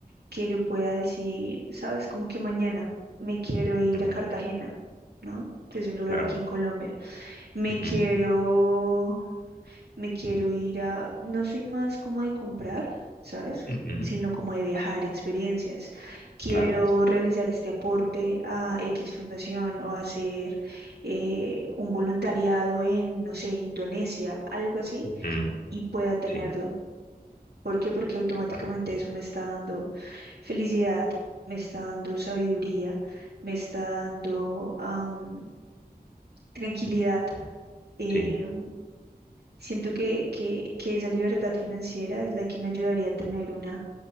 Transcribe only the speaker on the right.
que yo pueda decir, sabes, como que mañana me quiero ir
a Cartagena, ¿no? Que es un lugar
aquí en Colombia. Me
quiero, me quiero ir a, no soy más como de comprar, ¿sabes?
sino como de viajar, experiencias. Quiero
realizar este aporte a X fundación o hacer eh, un voluntariado en, no sé, Indonesia, algo así,
y pueda tenerlo.
¿Por qué? Porque automáticamente
eso me está dando felicidad, me está dando sabiduría, me está dando am, tranquilidad. Eh,
siento que, que, que esa libertad financiera es la que me ayudaría a tener una,